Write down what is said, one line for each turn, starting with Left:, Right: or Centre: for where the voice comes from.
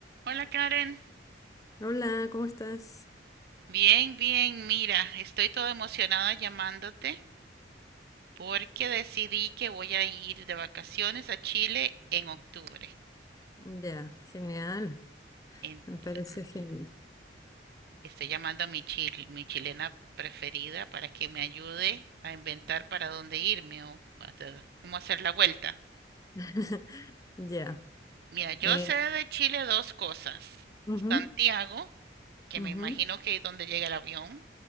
Right: Hola Karen,
Left: Hola, ¿cómo estás?
Right: bien, bien, mira, estoy toda emocionada llamándote porque decidí que voy a ir de vacaciones a Chile en octubre.
Left: Ya, genial,
Right: Entonces,
Left: me parece genial.
Right: estoy llamando a mi chil- mi chilena preferida para que me ayude a inventar para dónde irme o hasta cómo hacer la vuelta.
Left: <laughs> Ya,
Right: Mira, yo
Left: eh,
Right: sé de Chile dos cosas.
Left: ujú,
Right: Santiago, que
Left: ujú,
Right: me imagino que es donde llega el avión,